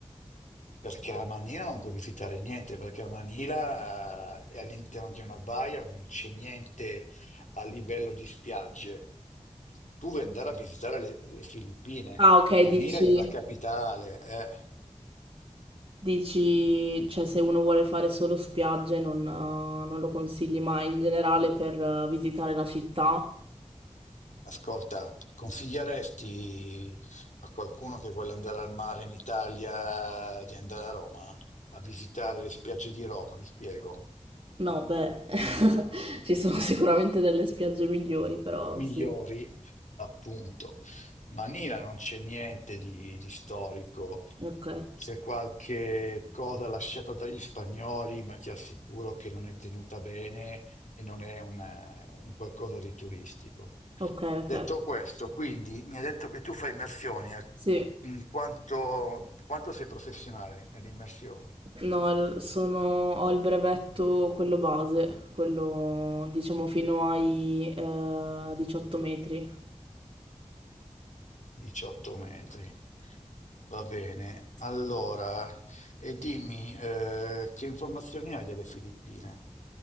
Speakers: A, on the left; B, on the right.
A: Perché a Manila non puoi visitare niente, perché a Manila eh, è all'interno di una baia, ma non c'è niente a livello di spiagge. Tu vuoi andare a visitare le, le Filippine,
B: Ah, ok,
A: Manila
B: dici,
A: è la capitale. eh.
B: dici, cioè se uno vuole fare solo spiagge non, eh, non lo consigli mai in generale per eh, visitare la città?
A: Ascolta, consiglieresti a qualcuno che vuole andare al mare in Italia di andare a Roma, a visitare le spiagge di Roma, mi spiego?
B: No, beh, <laughs> ci sono sicuramente delle spiagge migliori, però
A: Migliori
B: sì.
A: appunto. Ma Nila non c'è niente di, di storico,
B: Ok,
A: c'è qualche cosa lasciata dagli spagnoli, ma ti assicuro che non è tenuta bene e non è una- un qualcosa di turistico.
B: ok, ok.
A: Detto questo, quindi mi hai detto che tu fai immersioni, eh,
B: Sì,
A: in quanto, quanto sei professionale nelle immersioni?
B: No, er, sono, ho il brevetto, quello base, quello diciamo fino ai eh, 18 metri.
A: 18 metri. Va bene, allora, e dimmi eh, che informazioni hai delle Filippine?